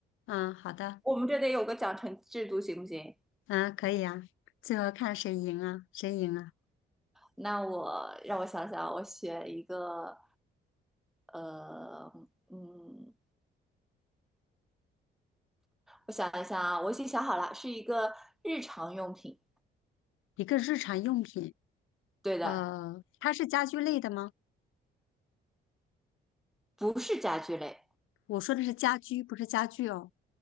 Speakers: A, on the left; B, in the centre.
A: 嗯，好的，
B: 我们这得有个奖惩制度，行不行？
A: 嗯，可以啊。最后看谁赢啊？谁赢啊？
B: 那我让我想想，我选一个，呃，嗯，我想一下啊，我已经想好了，是一个日常用品。
A: 一个日常用品，
B: 对的，
A: 呃，它是家居类的吗？
B: 不是家居类，
A: 我说的是家居，不是家具哦。